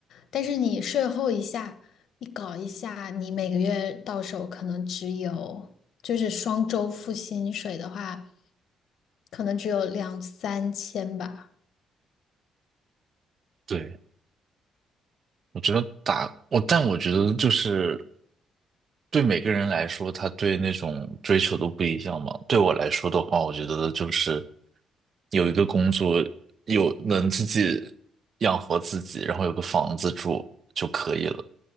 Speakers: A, on the left; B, on the right.
A: 但是你税后一下，你搞一下，你每个月到手可能只有，就是双周付薪水的话，可能只有两三千吧。
B: <laughs> 对，我觉得打我，但我觉得就是。对每个人来说，他对那种追求都不一样嘛。对我来说的话，我觉得就是有一个工作，有能自己养活自己，然后有个房子住就可以了。